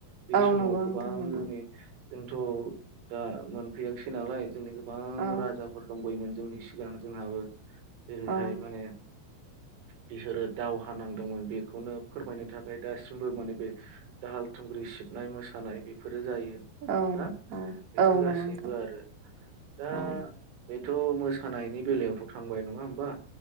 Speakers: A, on the right; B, on the right.
A: बे
B: औ
A: समाव
B: नंगौ
A: गोबां
B: नोंथां नंगौ
A: जोंनि जोंथ' दा मोनफैयाखिसै नालाय जोंनि गोबां
B: औ
A: राज दंबोयोमोन जोंनि सिगां जोंहाबो जेरैहाय
B: औ
A: माने बिसोरो दावहा नांदोंमोन बेखौनो फोरमायनो थाखाय दासिमबो माने बे दाहाल थुंग्रि सिबनाय मोसानाय बेफोर जायो
B: औ
A: ना
B: औ
A: बेफोर
B: औ
A: गासैबो
B: नंगौ नोंथां
A: आरो दा
B: औ
A: बेथ मोसानायनि बेलायावथ थांबाय नङा होमबा?